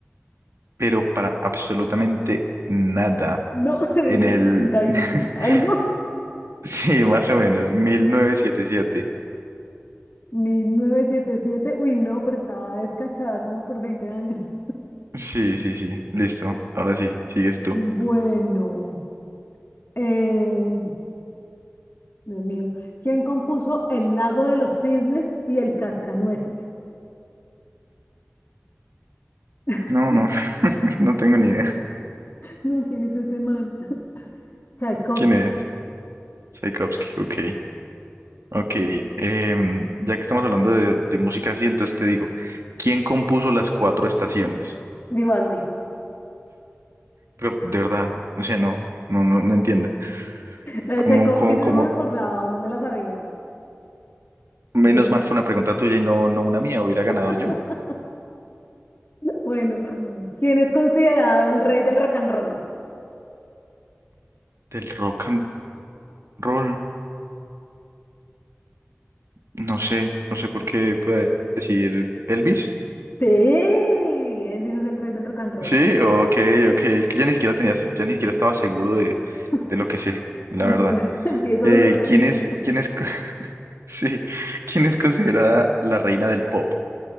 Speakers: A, on the right (about 75°); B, on the left (about 50°).
A: Pero para absolutamente nada.
B: No, <laughs> en
A: En
B: el 60
A: el...
B: y
A: <laughs>
B: algo.
A: Sí, más o menos, 1977.
B: mil novecientos setenta y siete Uy, no, pero estaba descachada como por 20 años.
A: Sí, sí, sí, listo. Ahora sí, sigues tú.
B: Bueno, eh, <laughs> Dios mío, ¿quién compuso El lago de los cisnes y El cascanueces? <laughs>
A: No,
B: Sí,
A: no, <laughs> no tengo ni idea.
B: no, ¿quién es ese man? <laughs> Tchaikovsky,
A: ¿Quién es? Tchaikovsky, ok. Ok, em, ya que estamos hablando de, de música así, entonces te digo, ¿quién compuso las cuatro estaciones?
B: Vivaldi.
A: Pero de verdad, o sea, no, no, no, no entiendo.
B: La de
A: Como,
B: Tchaikovsky
A: como,
B: yo
A: como,
B: no me acordaba o no me la sabía.
A: menos
B: Du-
A: mal fue una pregunta tuya y no, no una mía, hubiera ganado
B: <laughs>
A: yo.
B: Bueno, ¿quién es considerado el rey del rock and roll?
A: Del rock and roll, no sé, no sé por qué puede decir Elvis.
B: Sí, Elvis es el rey del rock and roll.
A: Sí, ok, ok, es que ya ni siquiera tenía, ya ni siquiera estaba seguro de,
B: <laughs>
A: de lo que sé, la
B: Empiezo,
A: verdad.
B: <laughs> empiezo
A: Eh,
B: a dudar de
A: ¿quién
B: mí
A: es,
B: mismo.
A: quién es, <laughs> <laughs> Sí, ¿quién es considerada la reina del pop?